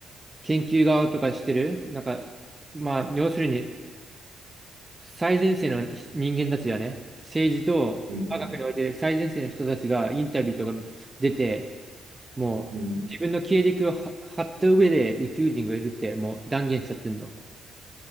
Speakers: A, on the right (about 15°); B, on the right (about 75°).
A: 研究側とかしてる、なんか、まあ、要するに最前線の人間たちだね。政治と科学において最前線の人たちがインタビューとか出て、
B: うん、
A: もう自分の経歴をは張った上で宇宙人がいるってもう断言しちゃってんの。
B: うん、うん、